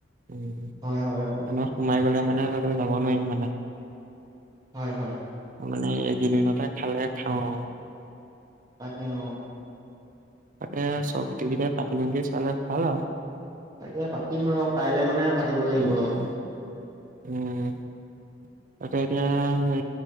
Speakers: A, on the right; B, on the right.
A: উম
B: হয় হয় অ
A: তেনেকুৱাত সোমাই গলে মানে ত যাব নোৱাৰিম মানে
B: হয় হয়
A: মানে এগিদিনতে খালে খাওঁ আও।
B: তাকে আৰু
A: তাকে চ গোটে কেইটাই পাতি মেলি চালে ভাল আও।
B: তাকে পাতিম ৰ কাইলে মানে পাতিব লাগিব
A: উম
B: ৰ
A: উম ততে এতিয়া হে